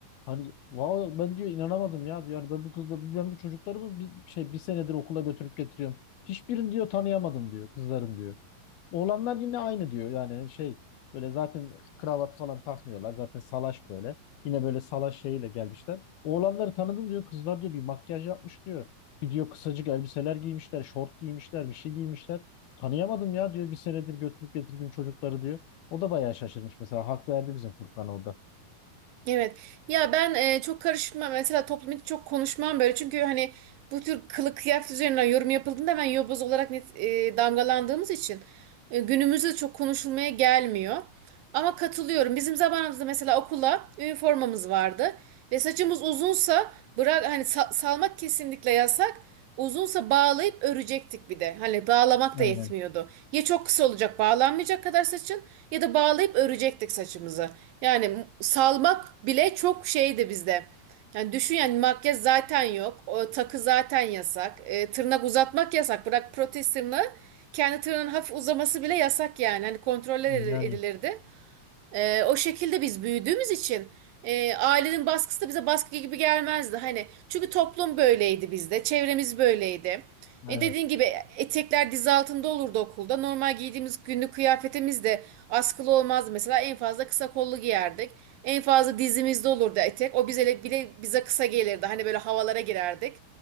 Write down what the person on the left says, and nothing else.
Hani wow ben diyor inanamadım ya diyor. Yani ben bu kız ben bu çocukları bu bir, şey bir senedir okula götürüp getiriyorum. Hiçbirini diyor tanıyamadım diyor kızların diyor. Oğlanlar yine aynı diyor. Yani şey böyle zaten kravat falan takmıyorlar. Zaten salaş böyle. Yine böyle salaş şeyiyle gelmişler. Oğlanları tanıdım diyor. Kızlar diyor bir makyaj yapmış diyor. Bir diyor kısacık elbiseler giymişler, şort giymişler, bir şey giymişler. Tanıyamadım ya diyor bir senedir götürüp getirdim çocukları diyor. O da bayağı şaşırmış mesela. Hak verdi bizim Furkan orada.
Aynen.
Yani
evet.